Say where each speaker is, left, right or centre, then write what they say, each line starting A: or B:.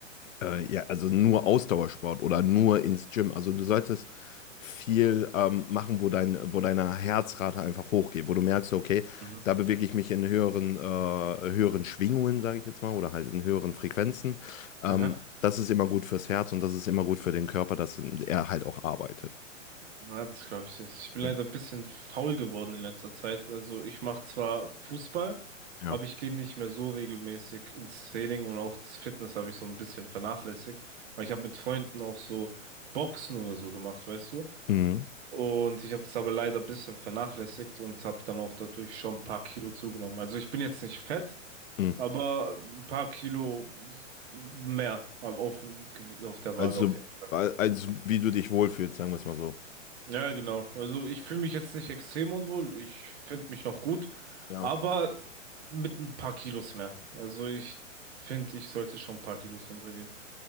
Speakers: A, on the left; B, on the right.
A: äh, ja, also nur Ausdauersport oder nur ins Gym. Also du solltest viel ähm, machen, wo dein, wo deine Herzrate einfach hochgeht, wo du merkst, okay,
B: Mhm.
A: da bewege ich mich in höheren, äh, höheren Schwingungen, sage ich jetzt mal, oder halt in höheren Frequenzen. Ähm,
B: Aha.
A: das ist immer gut fürs Herz und das ist immer gut für den Körper, dass er halt auch arbeitet.
B: Ja, das glaube ich nicht. Ich bin
A: Ja.
B: leider ein bisschen faul geworden in letzter Zeit. Also ich mache zwar Fußball,
A: Ja.
B: aber ich gehe nicht mehr so regelmäßig ins Training und auch das Fitness habe ich so ein bisschen vernachlässigt. Weil ich habe mit Freunden auch so Boxen oder so gemacht, weißt du?
A: Mhm.
B: Und ich habe das aber leider ein bisschen vernachlässigt und habe dann auch dadurch schon ein paar Kilo zugenommen. Also ich bin jetzt nicht fett,
A: Mhm.
B: aber ein paar Kilo mehr auf, auf der
A: Also,
B: Waage auf jeden Fall.
A: al- als wie du dich wohlfühlst, sagen wir es mal so.
B: Ja, genau. Also ich fühle mich jetzt nicht extrem unwohl. Ich finde mich noch gut,
A: Ja.
B: aber mit ein paar Kilos mehr. Also ich finde, ich sollte schon ein paar Kilos runtergehen.